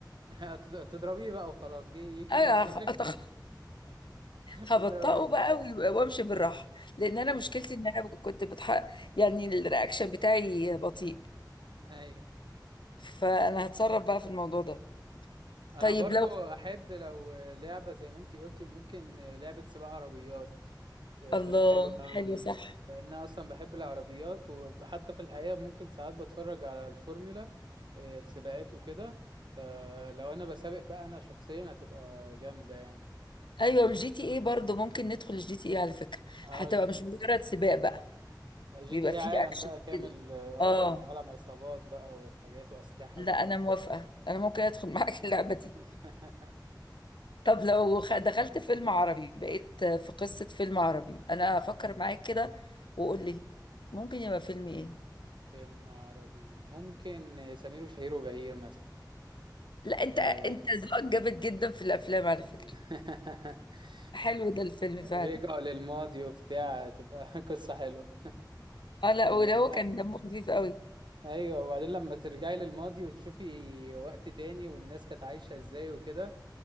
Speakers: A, on the right; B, on the left.
A: هتض- تضربيه بقى وخلاص جي يجي
B: انا
A: يمسكك
B: هخ- أتخ-
A: <laughs>
B: هبطئه
A: تضربيه
B: بقى ويبقى- وامشي بالراحه لان انا مشكلتي ان انا كنت بتحق يعني الرياكشن بتاعي بطيء
A: <laughs> ايوه
B: فانا هتصرف بقى في الموضوع ده
A: انا
B: طيب
A: برضو
B: لو
A: احب لو لعبة زي ما انتي قلتي ممكن لعبة سباق عربيات آه،
B: الله
A: تبقى حلوة قوي
B: حلو صح
A: لان أنا اصلا بحب العربيات وحتى في الحقيقة ممكن ساعات بتفرج على الفورمولا آه، السباقات وكده فلو انا بسابق بقى انا شخصيا هتبقى جامدة يعني
B: ايوه الجي تي اي برضه ممكن ندخل الجي تي اي على فكره
A: اه
B: هتبقى
A: جي
B: مش
A: تي
B: مجرد سباق بقى
A: جي
B: بيبقى
A: تي ايه
B: فيه
A: <laughs> عالم
B: اكشن
A: بقى كامل
B: كده
A: اه
B: اه
A: عالم عصابات بقى وحاجات واسلحة
B: لا
A: ودنيا
B: انا موافقه انا ممكن ادخل <laughs> معاك اللعبه دي
A: <laughs>
B: طب لو خ- دخلت فيلم عربي بقيت في قصه فيلم عربي انا افكر معاك كده وقول لي ممكن يبقى فيلم ايه
A: فيلم عربي ممكن سمير وشهير وبهير
B: لا انت
A: مثلا
B: انت ذوقك جامد جدا في الافلام على فكره
A: <laughs>
B: حلو ده الفيلم
A: رجعوا
B: فعلا
A: للماضي وبتاع تبقى <laughs> قصة حلوة
B: اه لا
A: يعني
B: وده هو
A: أ-
B: كان دمه خفيف قوي
A: ايوه وبعدين لما ترجعي للماضي وتشوفي وقت تاني والناس كانت عايشة ازاي وكده